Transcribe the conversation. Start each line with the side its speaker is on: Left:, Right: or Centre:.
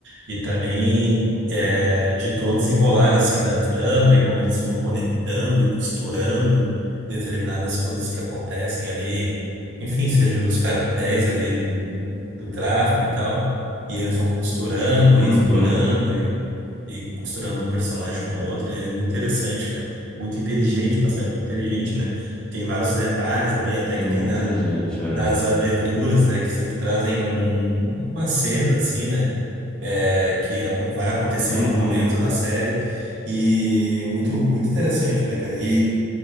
Right: e também
Centre: Uhum.
Right: é, de todo desenrolar assim da trama e como eles vão conectando e costurando determinadas coisas que acontecem ali, enfim, seja nos cartéis ali do, do tráfico e tal, e eles vão costurando
Centre: Uhum.
Right: e explorando e, e costurando um personagem com o outro, e é muito interessante, cara, muito inteligente, uma série muito inteligente, né? Tem vários detalhes ali, até
Centre: É
Right: que
Centre: muita
Right: tem na
Centre: gente, é.
Right: nas aberturas, né, que sempre trazem algum, alguma cena, assim, né, é, que a- vai acontecer
Centre: Uhum.
Right: em algum momento na série, e muito, muito interessante, né, cara, e